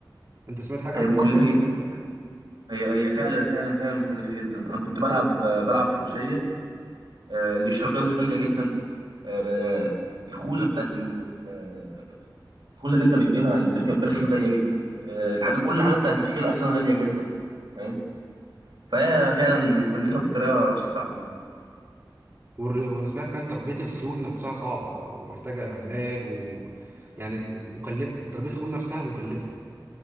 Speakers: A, on the right; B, on the right.
A: انت سمعت حاجه
B: هي
A: عن الحوار
B: مكلفه
A: ده
B: جدا هي هي فعلا فعلا فعلا مكلفه جدا انا كنت بلعب بلعب فروسيه آه، الاشتراكات غالية جدا آه، الخوذة بتاعت ال- آه، الخوذة اللي انت بتجيبها اللي بتركب بيها الخيل غالية جدا آه، الحاجة كل حاجة بتاعت الخيل أساسا غالية جدا فاهم فهي فعلا مكلفة بطريقة صعبة يعني
A: والر- وانا سمعت كان تربيه الخيول نفسها صعبه ومحتاجه علاج و يعني مكلفه تربيه الخيول نفسها مكلفه